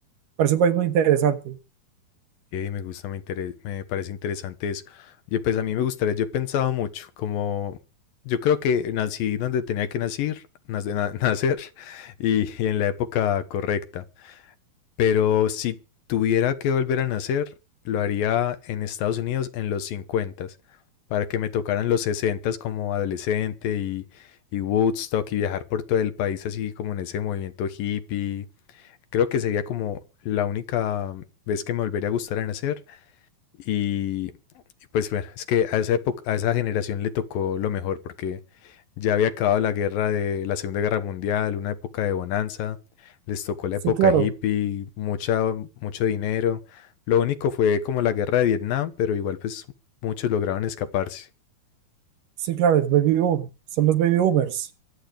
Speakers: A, on the right (about 70°); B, on the left (about 70°).
A: parece un país muy interesante.
B: Y me gusta, me interes- me parece interesante eso. Yo pues a mí me gustaría, yo he pensado mucho, como yo creo que nací donde tenía que nacer, nace- na- <laughs> nacer y, y en la época correcta. Pero si tuviera que volver a nacer, lo haría en Estados Unidos en los 50 para que me tocaran los 60 como adolescente y, y Woodstock y viajar por todo el país así como en ese movimiento hippie. Creo que sería como la única vez que me volvería a gustar a nacer y, y pues bueno, es que a esa época, a esa generación le tocó lo mejor porque ya había acabado la guerra de la Segunda Guerra Mundial, una época de bonanza, les tocó la
A: Sí,
B: época
A: claro,
B: hippie, mucha, mucho dinero. Lo único fue como la guerra de Vietnam, pero igual pues muchos lograron escaparse.
A: sí, claro, es baby boom, son los baby boomers.